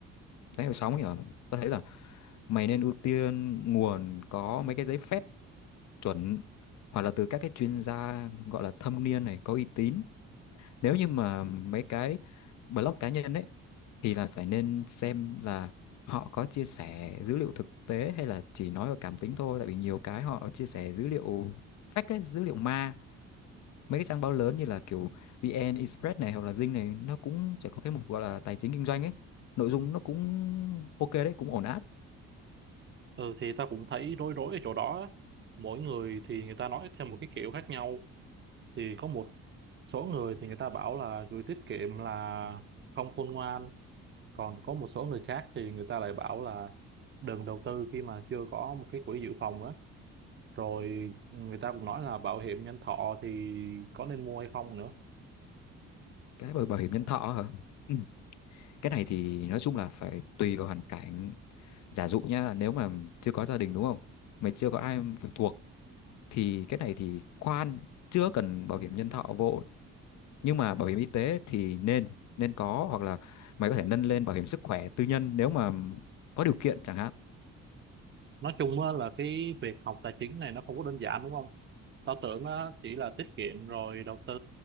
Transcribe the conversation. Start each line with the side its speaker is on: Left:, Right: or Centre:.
Left: đấy đầu sóng nhở hả? Tao thấy là mày nên ưu tiên nguồn có mấy cái giấy phép chuẩn hoặc là từ các cái chuyên gia gọi là thâm niên này có uy tín nếu như mà mấy cái blog cá nhân ấy thì là phải nên xem là họ có chia sẻ dữ liệu thực tế hay là chỉ nói vào cảm tính thôi tại vì nhiều cái họ chia sẻ dữ liệu fake ấy, dữ liệu ma mấy cái trang báo lớn như là kiểu VN Express này hoặc là Dinh này nó cũng sẽ có cái mục gọi là tài chính kinh doanh ấy nội dung nó cũng ok đấy cũng ổn áp
Right: ừ thì tao cũng thấy rối rối ở chỗ đó á. mỗi người thì người ta nói theo một cái kiểu khác nhau thì có một số người thì người ta bảo là gửi tiết kiệm là không khôn ngoan còn có một số người khác thì người ta lại bảo là đừng đầu tư khi mà chưa có một cái quỹ dự phòng á rồi người ta cũng nói là bảo hiểm nhân thọ thì có nên mua hay không nữa
Left: cái bảo bảo hiểm nhân thọ hả Ừ. cái này thì nói chung là phải tùy vào hoàn cảnh giả dụ nhá nếu mà chưa có gia đình đúng không mày chưa có ai phụ thuộc thì cái này thì khoan chưa cần bảo hiểm nhân thọ vội nhưng mà bảo hiểm y tế thì nên nên có hoặc là mày có thể nâng lên bảo hiểm sức khỏe tư nhân nếu mà có điều kiện chẳng hạn
Right: nói chung á là cái việc học tài chính này nó không có đơn giản đúng không tao tưởng á chỉ là tiết kiệm rồi đầu tư